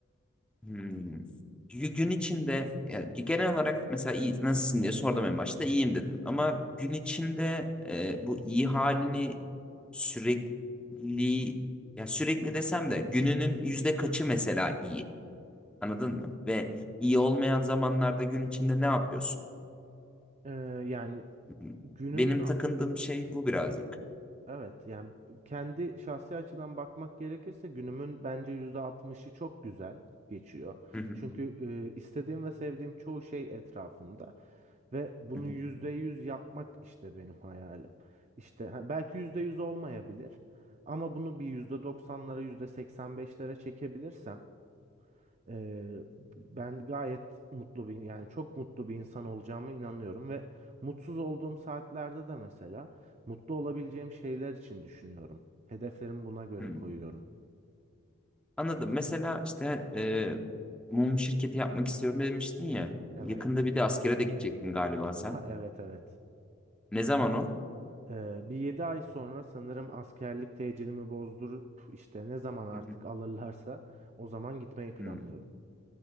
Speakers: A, in the centre; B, on the right.
A: Hmm. Gü- Gün içinde ya, genel olarak mesela iyi nasılsın diye sordum en başta iyiyim dedim. Ama gün içinde e, bu iyi halini sürekli ya sürekli desem de gününün yüzde kaçı mesela iyi anladın mı? Ve iyi olmayan zamanlarda gün içinde ne yapıyorsun?
B: Ee, yani
A: Hmm.
B: günümün
A: Benim
B: a-
A: takındığım şey bu birazcık.
B: evet yani kendi şahsi açıdan bakmak gerekirse günümün bence %60'ı çok güzel geçiyor.
A: Hı hı,
B: Çünkü e, istediğim ve sevdiğim çoğu şey etrafımda ve bunu
A: hı hı,
B: %100 yapmak işte benim hayalim. İşte ha, belki %100 olmayabilir ama bunu bir %90'lara %85'lere çekebilirsem ee, ben gayet mutlu bir yani çok mutlu bir insan olacağıma inanıyorum ve mutsuz olduğum saatlerde de mesela mutlu olabileceğim şeyler için düşünüyorum. Hedeflerimi buna göre
A: hı.
B: koyuyorum.
A: Anladım. Mesela işte e, mum şirketi yapmak istiyorum demiştin ya.
B: Evet.
A: Yakında bir de askere de gidecektin galiba sen.
B: <laughs> Ha, evet evet.
A: Ne zaman o?
B: Ee, bir 7 ay sonra sanırım askerlik tecilimi bozdurup işte ne zaman artık
A: Hı hı.
B: alırlarsa o zaman gitmeyi planlıyorum.
A: Hmm.